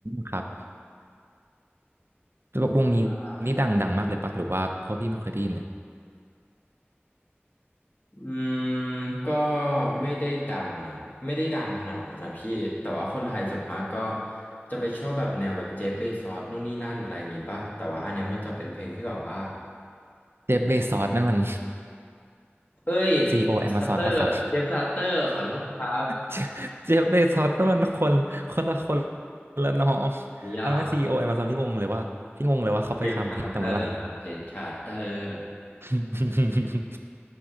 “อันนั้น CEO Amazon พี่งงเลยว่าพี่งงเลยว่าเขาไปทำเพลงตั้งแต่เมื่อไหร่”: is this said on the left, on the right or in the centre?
Right